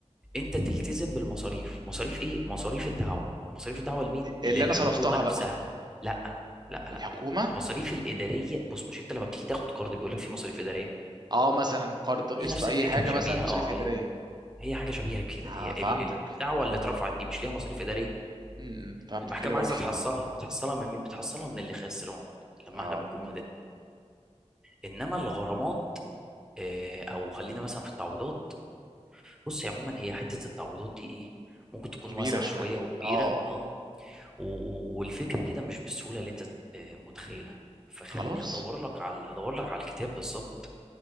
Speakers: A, in the centre; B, on the right.
A: انت تلتزم بالمصاريف مصاريف ايه مصاريف الدعوه مصاريف الدعوه لمين للحكومه
B: اللي انا صرفتها
A: نفسها
B: بقى
A: لا لا
B: الحكومه
A: لا المصاريف الاداريه بص مش انت لما بتيجي تاخد قرض بيقول لك في مصاريف اداريه
B: اه مثلا قرض قسط
A: هي نفس
B: اي
A: الفكره
B: حاجه
A: شبيهه
B: مثلا مصاريف
A: اه
B: اداريه
A: هي هي حاجه شبيهه كده
B: اه
A: هي ال-
B: فهمتك
A: ال- الدعوه اللي اترفعت دي مش ليها مصاريف اداريه
B: امم فهمتك
A: المحكمه
B: حلو قوي
A: عايزه تحصلها هتحصلها من مين بتحصلها من اللي خسران لما
B: اه
A: احنا بنكون مدني انما الغرامات آه، او خلينا مثلا في التعويضات بص هي عموما هي حته التعويضات دي ايه ممكن تكون
B: كبيره
A: واسعه
B: شويه
A: شويه وكبيره
B: اه آه، آه.
A: اه و- و- والفكره كده مش بالسهوله اللي انت آه، متخيلها فخليني
B: خلاص
A: هدور لك على هدور لك على الكتاب بالظبط